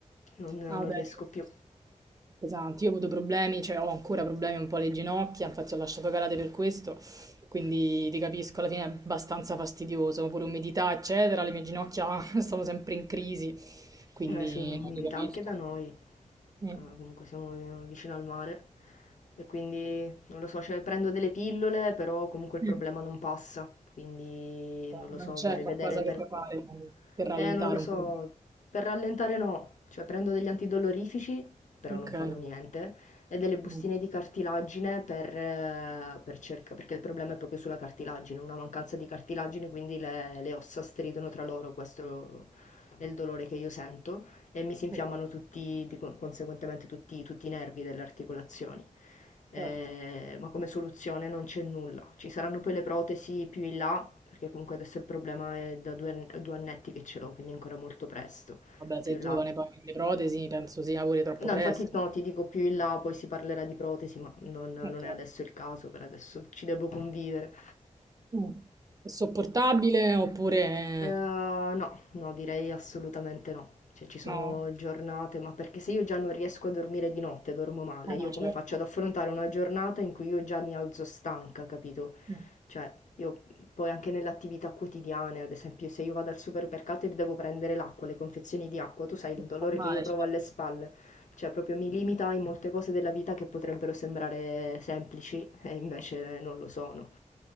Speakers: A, on the left (about 75°); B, on the right (about 30°).
A: non, non
B: Ah vabbè,
A: riesco
B: ti capisco.
A: più.
B: Pesanti. Io ho avuto problemi, cioè ho ancora problemi un po' alle ginocchia, infatti ho lasciato calate per questo, quindi ti capisco, alla fine è abbastanza fastidioso, pure umidità, eccetera, le mie ginocchia <laughs> sono sempre in crisi, quindi
A: Eh, su umidità
B: no, ti capisco.
A: anche da noi,
B: Mm.
A: Ah, comunque siamo vicino al mare e quindi non lo so, cioè prendo delle pillole, però comunque il
B: Mm.
A: problema non passa, quindi
B: Cioè,
A: non lo
B: Non
A: so,
B: c'è
A: vorrei
B: qualcosa
A: vedere
B: che
A: per...
B: puoi fare per rallentare
A: Eh, non lo so,
B: un po'.
A: per rallentare no, cioè prendo degli antidolorifici, però
B: Ok.
A: non fanno niente, e delle bustine
B: Mm.
A: di cartilagine per, eh, per cerca- perché il problema è proprio sulla cartilagine, una mancanza di cartilagine, quindi le, le ossa stridono tra loro, questo è il dolore che io sento e mi si infiammano
B: Oh,
A: tutti, di con- conseguentemente tutti, tutti i nervi delle articolazioni. Eh,
B: Certo.
A: ma come soluzione non c'è nulla. Ci saranno poi le protesi più in là, perché comunque adesso il problema è da due, an- due annetti che ce l'ho, quindi è ancora molto presto.
B: Vabbè,
A: Più
B: sei
A: in
B: giovane,
A: là.
B: poi le protesi penso sia pure troppo
A: No,
B: presto.
A: infatti no, ti dico più in là, poi si parlerà di protesi, ma non non
B: Ok.
A: è adesso il caso, per adesso ci devo convivere.
B: Mm. È sopportabile oppure...
A: Eh, no, no, direi assolutamente no. Cioè, ci sono
B: No,
A: giornate, ma perché se io già non riesco a dormire di notte, dormo male,
B: Eh
A: io
B: no,
A: come
B: certo.
A: faccio ad affrontare una giornata in cui io già mi alzo stanca, capito?
B: Mm.
A: Cioè, io poi anche nelle attività quotidiane, ad esempio, se io vado al supermercato e devo prendere l'acqua, le confezioni di acqua, tu sai il dolore
B: Ti fa male,
A: che io provo
B: certo.
A: alle spalle. Cioè, proprio mi limita in molte cose della vita che potrebbero sembrare semplici e invece non lo sono.